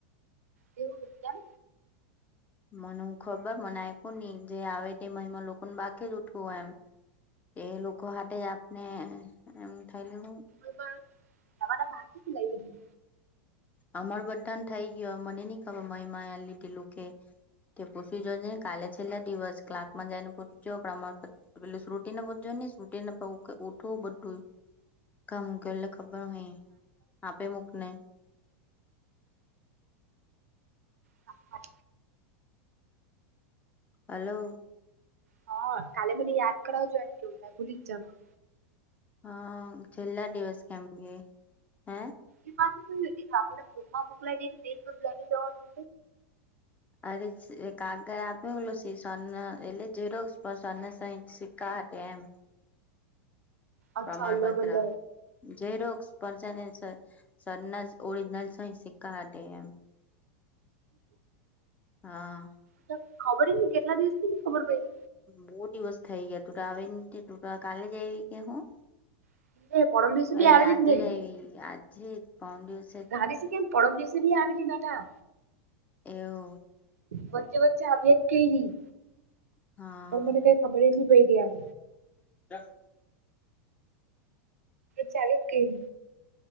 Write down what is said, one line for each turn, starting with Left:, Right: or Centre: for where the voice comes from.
Right: એવુ કેમ?
Left: મને ખબર મને આપ્યું નહી જે આવે તે મહિમા લોકોને બાકી જ ઉઠવું એમ એ લોકો હાતે આપને એમ થાયલુ હું
Right: એમા જવાના બાકી શે લઈ લને
Left: અમાર બધાન થઈ ગયો મને ની ખબર મહિમા એ લીધેલું કે તે પૂછી જોને કાલે છેલ્લા દિવસ ક્લાકમાં જઈ ને પૂછજો પ્રમાણ પ પેલે શ્રૃટીને પુસજો ની સૃતિને ઓઠવું બધું કા મૂકેલું ખબર નઈ આપી મૂક ને
Right: હા
Left: હલોલ
Right: હા કાલે મને યાદ કરાવજો એમ કેમ મેં ભૂલી જવા
Left: હ છેલ્લા દિવસ કેમ કે હે
Right: એ પાછ કો આપડે ગ્રુપમાં મોકલા દઈ જ બધું લઈને જવાનું
Left: અરે કાગળ આપ્યોલો સ સો એટલે રો પણ સને સ સિક્કા એમ
Right: અચ્છા
Left: પ્રમાણપત્ર
Right: અલગ અલગ.
Left: ઝેરોક્ષ પણ શે ને છ સરનાસ ઓરિજનલ સઇ સીકા હાથે એમ હા
Right: ત ખબર જ ની કેટલા દિવસ ખબર પડી
Left: બહુ દિવસ થઇ ગયા તું તો આવી તું તો કાલે જ આવી કે હું
Right: પડી એ પરમ દિવસે બી
Left: એ
Right: આવેલી
Left: આજે
Right: નહી.
Left: જ આજે પાણ દિવસ
Right: ગાંધી છે કેમ પરમ દિવસે ભી આવેલી બેટા
Left: એવું
Right: વચ્ચે વચ્ચે આવી જ કઈ રહી
Left: હા
Right: પણ મને કઈ ખબર નહી પડી ગમ
Left: <inaudible>
Right: ચાલુ જ કરી